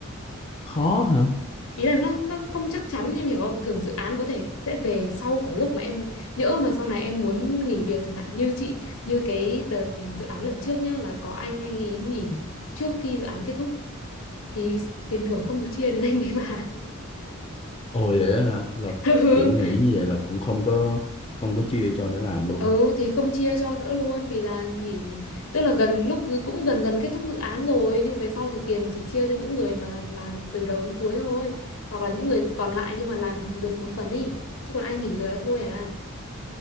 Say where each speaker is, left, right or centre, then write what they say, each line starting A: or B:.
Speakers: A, on the left; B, on the left.
A: khó hả
B: ý là nó nó không chắc chắn em hiểu không thường dự án có thể sẽ về sau cả lúc mà em nhỡ mà sau này em muốn nghỉ việc chẳng hạn như chị như cái đợt dự án lần trước nhá là có anh anh ấy nghỉ trước khi dự án kết thúc thì tiền thưởng không được chia đến anh đấy mà
A: Ồ vậy á hả? Là
B: <laughs> ừ
A: kiểu nghĩ như vậy là cũng không có không có chia cho để làm luôn.
B: ừ thì không chia cho nữa luôn vì là nghỉ tức là gần lúc cũng gần gần kết thúc dự án rồi nhưng mà về sau thì tiền chỉ chia cho những người mà làm từ đầu đến cuối thôi hoặc là những người còn lại nhưng mà làm được một phần đi chứ còn ai nghỉ rồi là thôi à